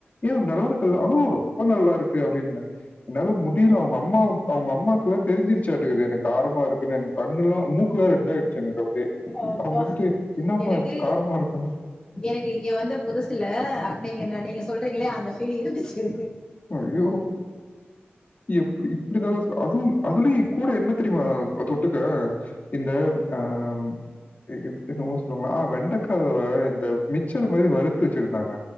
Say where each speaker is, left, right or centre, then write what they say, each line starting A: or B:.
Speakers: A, on the left; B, on the left.
A: ஏ நல்லா இருக்குல்ல ஆ ரொம்ப நல்லா இருக்கு அப்டின்ன என்னால முடில அவங்க அம்மா அவங்க அம்மாவுக்கெல்லா தெரிஞ்சிருச்சாற்றுக்கு எனக்கு காரமா இருக்குன்னு எனக் கன்னெல்ல மூக்குலா ரெட் ஆயிடுச்சு எனக்கு
B: அப்பா
A: அவங்க வந்துட்டு என்னபா
B: எனக்கு
A: ஆச்சு காரமா இருக்குன்னு
B: எனக்கு இங்க வந்த புதுசுல நீங்க நீங்க சொல்றீங்களா அந்த பீல் இருந்துச்சு
A: ஐயோ எப்ப இப்படிதா அதுவு அதுலயு கூட என்ன தெரிமா தொட்டுக்க இந்த ஆ ம் என்னவோ சொல்லுவாங்கள ஆ வெண்டக்காவ இந்த மிச்சர் மாரி வறுத்து வச்சிருந்தாங்க